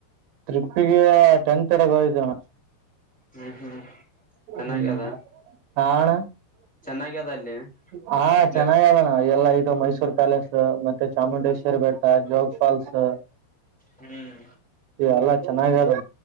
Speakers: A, on the right; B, in the centre.
A: ಟ್ರೀಪ್ಪಿಗೆ ಟೆಂತ್ <unintelligible> ಹೋಗಿದ್ವಿ ಅಣ.
B: ಊ ಹ್ಮ್ ಚೆನ್ನಾಗ್ಯದ
A: ಹ್ಮ್ ಹಾ ಅಣ
B: ಚೆನ್ನಾಗ್ಯದ ಅಲ್ಲಿ
A: ಹಾ
B: ಪ್ಲೇಸ್
A: ಚೆನ್ನಾಗದಣ ಎಲ್ಲ ಈ ಮೈಸೂರು ಪ್ಯಾಲೇಸ್ ಮತ್ತೆ ಚಾಮುಂಡೇಶ್ವರಿ ಬೆಟ್ಟ ಜೋಗ್ ಫಾಲ್ಸ್
B: ಹ್ಮ್
A: ಏಲ್ಲ ಚೆನ್ನಾಗ್ಯದ